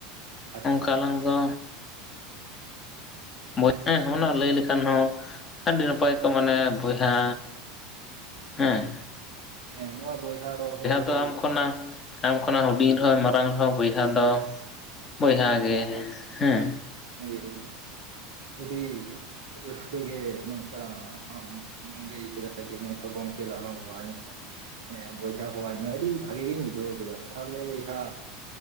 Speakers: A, on the right; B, on the left.
A: ᱟᱪᱪᱷᱟ
B: ᱚᱱᱠᱟ ᱟᱞᱟᱝ
A: ᱛᱟᱦᱚᱞᱮ
B: ᱫᱚ ᱢᱚᱡᱛᱮᱭ ᱞᱟᱹᱭ ᱞᱮᱠᱷᱟᱱ ᱦᱚᱸ ᱟᱹᱰᱤ ᱱᱟᱯᱟᱭ ᱠᱚ ᱢᱟᱱᱮ ᱵᱚᱭᱦᱟ ᱦᱮᱸ
A: ᱦᱮᱸ ᱱᱚᱣᱟ ᱵᱚᱭᱦᱟ ᱨᱚᱲ ᱦᱚᱸ ᱟᱹᱰᱤ
B: ᱫᱚ ᱟᱢ ᱠᱷᱚᱱᱟᱜ ᱟᱢ ᱠᱷᱚᱱᱟᱜ ᱦᱩᱰᱤᱧ ᱨᱮᱦᱚᱸ ᱢᱟᱨᱟᱝ ᱨᱮ ᱦᱚᱸ ᱵᱚᱭᱦᱟ ᱫᱚ ᱵᱚᱭᱦᱟ ᱜᱮ ᱦᱮᱸ
A: ᱦᱳᱭ ᱦᱳᱭ ᱦᱳᱭ ᱟᱹᱰᱤ ᱨᱟᱹᱥᱠᱟᱹᱜ ᱜᱮ ᱱᱚᱝᱠᱟ ᱟᱢ ᱞᱟᱹᱭ ᱠᱮᱫᱟ ᱡᱮ ᱱᱚᱝᱠᱟ ᱜᱚᱝᱠᱮ ᱫᱚ ᱟᱞᱚᱢ ᱦᱚ ᱦᱚ ᱤᱧᱟ ᱦᱮᱸ ᱵᱚᱭᱦᱟ ᱦᱚ ᱦᱚ ᱤᱧ ᱢᱮ ᱟᱹᱰᱤ ᱵᱷᱟᱜᱤ ᱜᱤᱧ ᱵᱩᱡᱷᱟᱹᱣ ᱠᱮᱫᱟ ᱛᱟᱦᱚ ᱞᱮ ᱵᱚᱭᱦᱟ